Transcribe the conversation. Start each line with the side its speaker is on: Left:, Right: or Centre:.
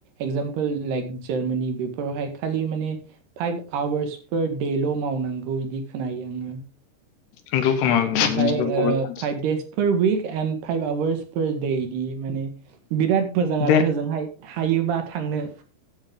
Right: एगजामपोल लाइक जार्मानि बेफोरावहाय खालि माने फाइभ आवार्सफोर देल' मावनांगौ बिदि खोनायो आङो।
Left: नोंगौ खोमा। नोंगौ,
Right: ओमफ्राय ओ
Left: गुबुन सानस्रि
Right: फाइभ देस फार उइक एणड फाइभ आवार्स फार दे बिदि माने। बिराद मोजां आरो
Left: दे
Right: होजों हाय हायोबा थांनो।